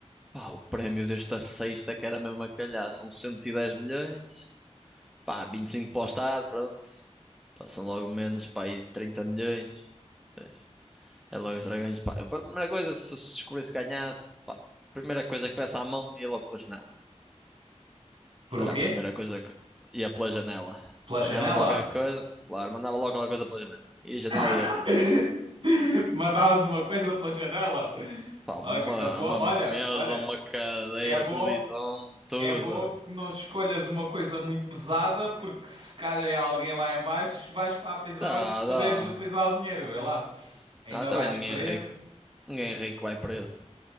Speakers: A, in the centre; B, on the right.
A: Pá, o prémio desta sexta que era mesmo a calhar, são 110 milhões. Pá, 25 para o Estado, pronto. Pá, são logo menos, pá, aí 30 milhões. Vês? É logo os dragões, pá. A primeira coisa, se se descobrisse que ganhasse, pá, a primeira coisa que peça à mão ia logo pela janela.
B: Por
A: Será
B: o quê?
A: a primeira coisa que ia pela janela.
B: Pela
A: Apanhava
B: janela?
A: qualquer coisa, claro, mandava logo qualquer coisa pela janela. E a janela
B: <laughs>
A: ia tudo.
B: Mandavas uma coisa pela janela?
A: Pá,
B: Ok,
A: uma,
B: pô,
A: uma
B: Olha,
A: mesa,
B: olha,
A: uma cadeira,
B: é bom,
A: televisão, tudo.
B: É bom que não escolhas uma coisa muito pesada, porque se calha alguém lá em baixo, vais para a prisão
A: Dá,
B: antes de poderes
A: dá.
B: utilizar o dinheiro, vê lá. Ainda
A: Não, também
B: vais
A: ninguém
B: preso.
A: é rico. Ninguém é rico vai preso.